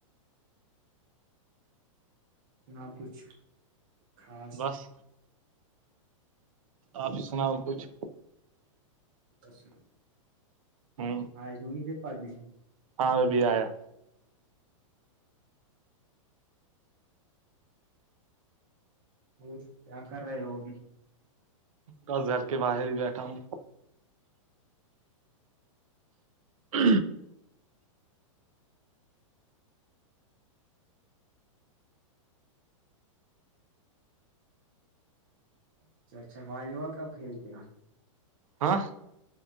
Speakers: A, on the right; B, on the right.
A: نا کچھ خاص
B: بس آپ سناؤ کچھ
A: س
B: ہ
A: آج نہیںی پھر پڑھنے
B: ہاں ابھی آیا
A: اور کیا کرار رہ ہے ہوگ
B: بس گھر کے باہر ہی بیٹھا ہوں ہ
A: اچھا اچھا والی بال کب کھیلتے ہو
B: ہاں